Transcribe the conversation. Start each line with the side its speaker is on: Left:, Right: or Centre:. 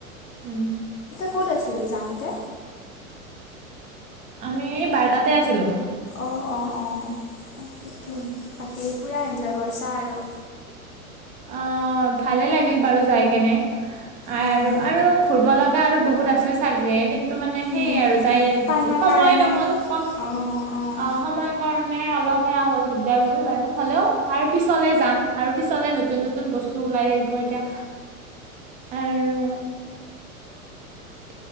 Right: উম।
Left: ক'ত আছিলি যাওঁতে?
Right: আমি এ বাৰটাতে আছিলোঁ।
Left: অ অ-অ। তাকেই
Right: উম
Left: পুৰা এনজয় কৰিছা আৰু।
Right: অ, ভালে লাগিল বাৰু যাই কেনে। আৰু
Left: উম,
Right: আৰু ঘূৰ্ব লগা গা আৰু বহুত আছে চাগে, কিন্তু কিন্তু মানে সেই
Left: উম,
Right: আৰু যাই
Left: টাইমৰ
Right: সময়
Left: কাৰণে
Right: নহ'ল কম,
Left: অঁ অঁ
Right: অ সময় কাৰণেটো সেই অলপ সেয়া হ'ল দিগদাৰ হ'ল বাৰু, হ'লেও আৰু পিছলে যাম আৰু পিছলে নতুন- নতুন বস্তু ওলাই থাকিব এতিয়া আৰু <inaudible>